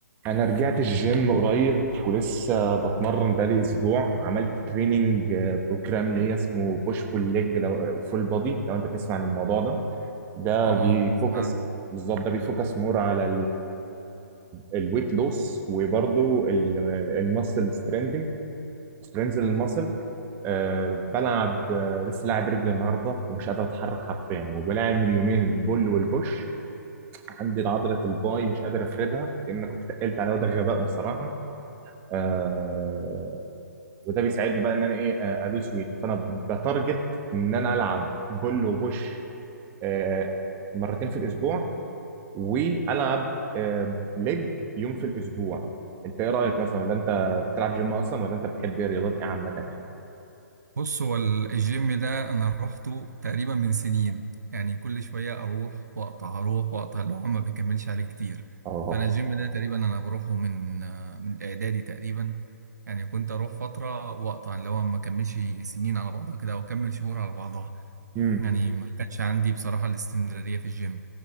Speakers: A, on the right; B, on the right.
A: انا رجعت الجيم قريب ولسه بتمرن بقالي اسبوع عملت تريننج بروجرام ليا اسمه بوش بول ليج لو فول بودي لو انت تسمع عن الموضوع ده ده
B: اه
A: بيفوكس
B: اسمع عنه
A: بالظبط ده بيفوكس مور على الويت لوس وبرضه الماسل ستريندنج سترينز الماسل بلعب آه، لسه لاعب رجل النهارده ومش قادر اتحرك حرفيا وبلاعب من يومين البول والبوش عندي عضله الباي مش قادر افردها لان كنت تقلت عليها وده غباء بصراحه آه وده بيساعدني بقى ان انا ايه آه، الوز ويت فانا بتارجت ان انا العب بول وبوش آه مرتين في الاسبوع والعب آه ليج يوم في الاسبوع انت ايه رايك مثلا ولا انت بتلعب جيم اصلا ولا انت بتحب ايه رياضات ايه عامه يعني
B: بص هو ال- الجيم ده انا روحته تقريبا من سنين يعني كل شويه اروح واقطع اروح واقطع اللي هو ما بيكملش عليه كتير
A: اه
B: فانا الجيم ده تقريبا انا بروحه من آه، من الاعدادي تقريبا يعني كنت اروح فتره واقطع اللي هو ما كملش سنين على بعضها كده او اكمل شهور على بعضها
A: امم
B: يعني ما كانش عندي بصراحه الاستمراريه في الجيم